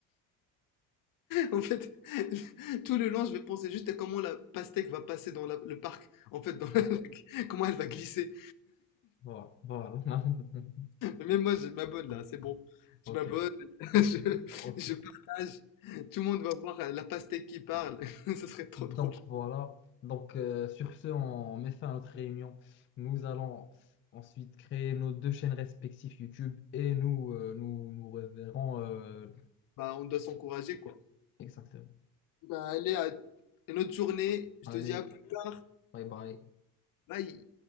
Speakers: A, on the left (about 55°); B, on the left (about 30°).
A: En fait, <laughs> tout le long, je vais penser juste à comment la pastèque va passer dans la- le parc. En fait, dans la- <laughs> comment elle va glisser.
B: Voilà, voilà. <laughs>
A: Mais même moi, je m'abonne là, c'est bon.
B: Ok,
A: Je m'abonne, <laughs> je,
B: ok.
A: je partage. Tout le monde va voir euh, la pastèque qui parle. <laughs> Ça serait trop
B: Donc
A: drôle.
B: voilà. Donc euh, sur ce, on met fin à notre réunion. Nous allons ensuite créer nos deux chaînes respectives YouTube et nous euh, nous, nous reverrons. euh,
A: Bah, on doit s'encourager, quoi.
B: Exactement.
A: Bah, allez, à une autre journée. Je
B: Allez,
A: te dis à plus tard.
B: bye bye.
A: Bye.